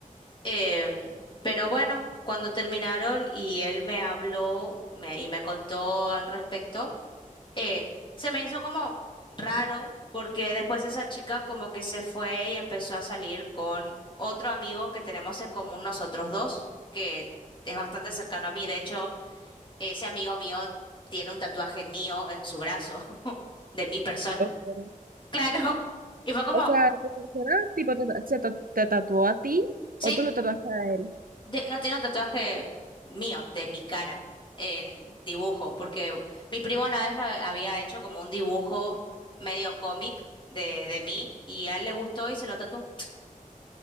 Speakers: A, on the left (about 35°); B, on the right (about 80°).
A: Em, pero bueno, cuando terminaron y él me habló me- y me contó al respecto, eh, se me hizo como raro porque después esa chica como que se fue y empezó a salir con otro amigo que tenemos en común nosotros dos, que es bastante cercano a mí. De hecho, ese amigo mío tiene un tatuaje mío en su brazo, <laughs> de mi persona.
B: Ok.
A: Claro. Y fue como...
B: O sea, ¿tu persona tipo te, ta- se ta- te tatuó a ti
A: sí
B: o tú lo tatuaste a él?
A: De- no tiene un tatuaje mío, de mi cara, en dibujo, porque mi primo una vez me había hecho como un dibujo medio cómic de, de mí y a él le gustó y se lo tatuó.